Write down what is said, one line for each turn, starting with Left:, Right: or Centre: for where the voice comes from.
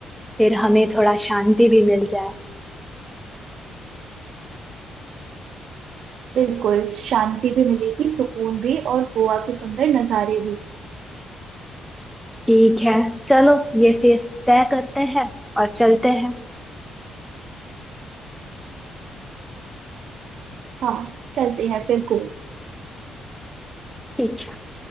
Centre: फिर हमें थोड़ा शांति भी मिल जाए
Right: बिल्कुल शांति भी मिलेगी सुकून भी और गोवा के सुंदर नज़ारे भी
Centre: ठीक है चलो ये फिर तय करते हैं और चलते हैं
Right: हाँ चलते हैं फिर गोवा
Centre: ठीक है।